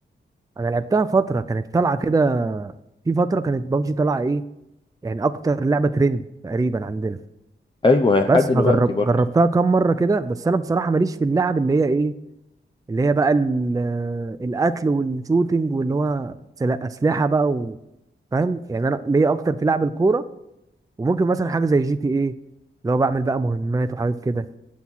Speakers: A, on the right (about 15°); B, on the left (about 25°).
A: انا لعبتها فتره كانت طالعه كده في فتره كانت بابجي طالعه ايه يعني اكتر لعبه ترند تقريبا عندنا
B: ايوه لحد
A: بس
B: دلوقتي
A: فجرب
B: برضه
A: جربتها كام مره كده بس انا بصراحه ماليش في اللعب اللي هي ايه اللي هي بقى ال- القتل والشوتينج واللي هو سل- اسلحه بقى و... فاهم يعني انا ليا اكتر في لعب الكوره وممكن مثلا حاجه زي جي تي ايه اللي هو بعمل بقى مهمات وحاجات كده